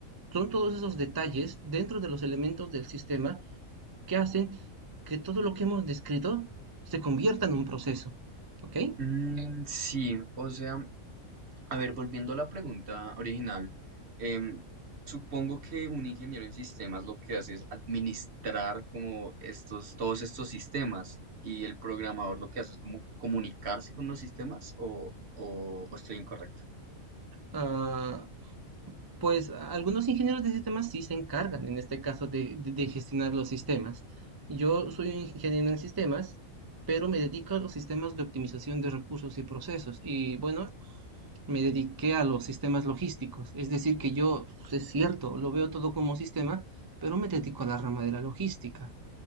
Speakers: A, on the right; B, on the right.
A: son todos esos detalles dentro de los elementos del sistema que hacen que todo lo que hemos descrito se convierta en un proceso, ¿ok?
B: Mm, sí, o sea, A ver, volviendo a la pregunta original, em, supongo que un ingeniero en sistemas lo que hace es administrar como estos, todos estos sistemas y el programador lo que hace es como comunicarse con los sistemas o, o- o estoy incorrecto.
A: Ah, pues algunos ingenieros de sistemas sí se encargan, en este caso, de, de- de gestionar los sistemas. Yo soy un ingeniero en sistemas, pero me dedico a los sistemas de optimización de recursos y procesos. Y bueno, me dediqué a los sistemas logísticos. Es decir, que yo, es cierto, lo veo todo como sistema, pero me dedico a la rama de la logística.